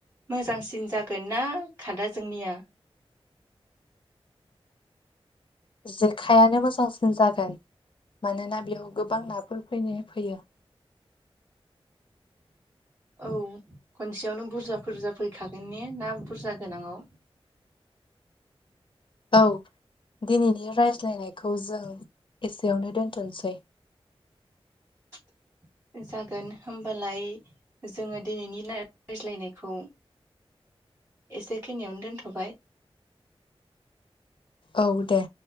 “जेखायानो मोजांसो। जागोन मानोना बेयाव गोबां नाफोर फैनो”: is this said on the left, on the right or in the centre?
Left